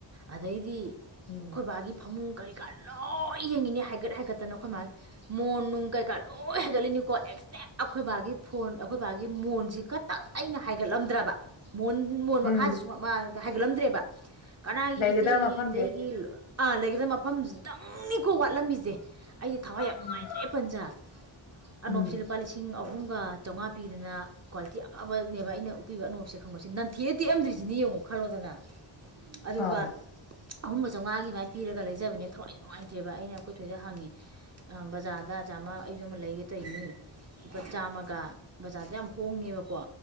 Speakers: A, on the right (about 35°); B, on the left (about 80°).
A: ꯑꯗꯩꯗꯤ ꯑꯩꯈꯣꯏ
B: ꯎꯝ
A: ꯕꯥꯒꯤ ꯐꯃꯨꯡ ꯀꯔꯤ ꯀꯔ ꯂꯣꯏ ꯌꯦꯡꯉꯤꯅꯤ ꯍꯥꯏꯒꯠ ꯍꯥꯏꯒꯠꯇꯅ ꯑꯩꯈꯣꯏ ꯃꯥꯒꯤ ꯃꯣꯟ ꯅꯨꯡ ꯀꯩꯀꯥ ꯂꯣꯏ ꯍꯥꯏꯒꯠꯂꯤꯅꯤꯀꯣ ꯑꯦꯛꯖꯦꯛ ꯑꯩꯈꯣꯏ ꯕꯥꯒꯤ ꯐꯣꯟ ꯑꯩꯈꯣꯏ ꯕꯥꯒꯤ ꯃꯣꯟꯁꯤ ꯈꯛꯇꯪ ꯑꯩꯅ ꯍꯥꯏꯒꯠꯂꯝꯗ꯭ꯔꯕ ꯃꯣꯟ ꯃꯣꯟ
B: ꯎꯝ
A: ꯃꯈꯥꯁꯦ ꯁꯨꯝ ꯃꯥꯗ ꯍꯥꯏꯒꯠꯂꯝꯗ꯭ꯔꯦꯕ ꯀꯅꯥꯒꯤ
B: ꯂꯩꯒꯗꯕ
A: ꯏꯆꯦꯒꯤ
B: ꯃꯐꯝꯁꯦ
A: ꯏꯇꯩꯒꯤ ꯑꯥ ꯂꯩꯒꯗ ꯃꯐꯝꯁꯤꯇꯪꯅꯤꯀꯣ ꯋꯥꯠꯂꯝꯃꯤꯁꯦ ꯑꯩꯁꯦ ꯊꯋꯥꯏ ꯌꯥꯝ
B: ꯎꯝ
A: ꯅꯨꯡꯉꯥꯏꯇ꯭ꯔꯦ ꯄꯟꯁ ꯑꯅꯣꯞꯁꯤ
B: ꯎꯝ
A: ꯂꯨꯄꯥ ꯂꯤꯁꯤꯡ ꯑꯍꯨꯝꯒ ꯆꯥꯝꯃꯉꯥ ꯄꯤꯗꯅ ꯀ꯭ꯋꯥꯂꯤꯇꯤ ꯑꯐꯕꯅꯦꯕ ꯑꯩꯅ ꯎꯞꯄꯤꯕ ꯑꯅꯣꯛꯞꯁꯦ ꯅꯟꯊꯦꯛꯑ ꯇꯦꯛꯑꯝꯗ꯭ꯔꯤꯁꯤꯅꯦ ꯌꯦꯡꯉꯣ ꯈꯜꯂꯣꯗꯅ ꯑꯗꯨꯒ
B: ꯑꯥꯎ
A: ꯑꯍꯨꯝꯒ ꯆꯥꯝꯃꯉꯥ ꯑꯗꯨꯃꯥꯏ ꯄꯤꯔꯒ ꯂꯩꯖꯕꯅꯦ ꯊꯋꯥꯏ ꯅꯨꯡꯉꯥꯏꯇ꯭ꯔꯦꯕ ꯑꯩꯅ ꯑꯩꯈꯣꯏ ꯊꯣꯏꯗ ꯍꯪꯉꯦ ꯑ ꯕꯖꯥꯔꯗ ꯆꯥꯝꯃ ꯑꯩ ꯖꯨ ꯑꯃ ꯂꯩꯒꯦ ꯇꯔꯤꯅꯤ ꯂꯨꯄꯥ ꯆꯥꯝꯃꯒ ꯕꯖꯥꯔꯗ ꯌꯥꯝ ꯍꯣꯡꯉꯦꯕꯀꯣ